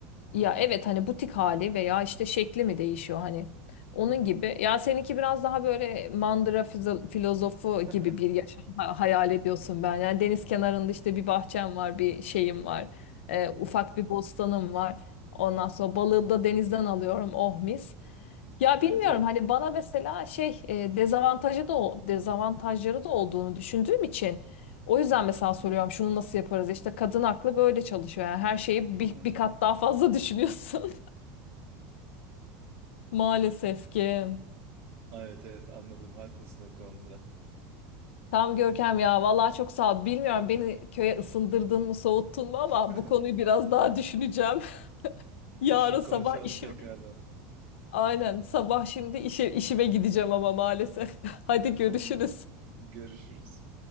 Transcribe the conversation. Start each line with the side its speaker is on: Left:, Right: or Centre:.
Left: Ya evet hani butik hali veya işte şekli mi değişiyor hani onun
Right: Hı hı.
Left: gibi. Ya seninki biraz daha böyle mandıra fizo- filozofu
Right: <laughs>
Left: gibi bir yaşam ha- hayal ediyorsun ben. Yani deniz kenarında işte bir bahçem var, bir şeyim var, Ee, ufak bir bostanım var. Ondan sonra balığı da denizden alıyorum, oh mis. Ya
Right: Evet
Left: bilmiyorum
Right: öyle.
Left: hani bana mesela şey e, dezavantajı da o dezavantajları da olduğunu düşündüğüm için. O yüzden mesela soruyorum şunu nasıl yaparız? İşte kadın aklı böyle çalışıyor. Yani her şeyi
Right: <laughs>
Left: bir, bir kat daha fazla <laughs> düşünüyorsun. Maalesef ki.
Right: Evet evet anladım. Haklısın o konuda.
Left: Tam Görkem ya vallahi çok sağ ol. Bilmiyorum beni köye ısındırdın mı soğuttun mu ama
Right: <laughs>
Left: bu konuyu biraz daha düşüneceğim. <laughs> Yarın
Right: Düşün
Left: sabah
Right: konuşalım
Left: işim
Right: tekrardan.
Left: aynen sabah şimdi işe, işime gideceğim ama maalesef. <laughs> Hadi görüşürüz.
Right: Hmm. <laughs> Görüşürüz.